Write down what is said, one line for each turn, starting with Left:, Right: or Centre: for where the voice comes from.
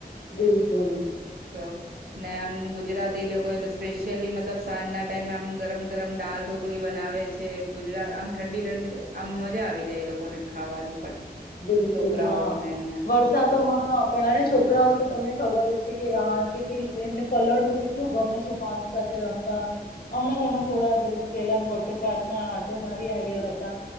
Left: બિલકુલ.
Right: તો ને આમ ગુજરાતી લોકોએ તો સ્પેશિયલી, મતલબ સાંજના ટાઈમે આમ ગરમ ગરમ દાલ ઢોકલી બનાવે છે. ગુજરાત આમ ઠંડી ઠંડી આમ મજા આવી જાય, એ લોકોને ખાવાની પણ.
Left: બિલકુલ
Right: છોકરાઓને
Left: હા,
Right: ને.
Left: વરસાતો માં હા પણ છોકરાઓ તો તમને ખબર જ છે, કે રા કેટલી એમને પલળવું કેટલું ગમે છે, પાણી સાથે રમવાનું, હમણાં જ અમે થોડા દિવસ પહેલા જ વોટર પાર્કમાં આંટો મારી આવ્યા હતાં.